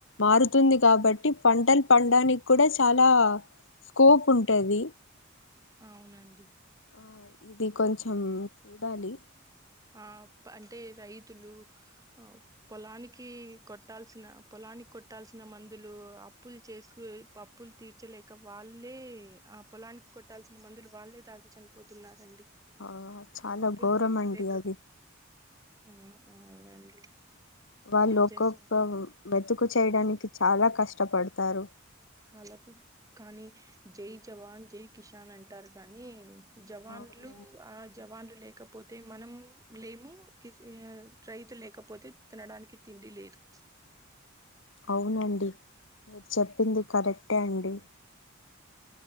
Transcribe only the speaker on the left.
మారుతుంది కాబట్టి పంటలు పండానికి కూడా చాలా స్కోప్ ఉంటది
ఆ, ఇది కొంచెం ఉండాలి
ఆ చాలా
ఘోరం
అండి అది
వాళ్ళు
ఒక్కొక్క
మెతుకు చేయడానికి చాలా కష్టపడతారు
అవునండి
అవునండి మీరు చెప్పింది కరెక్టే అండి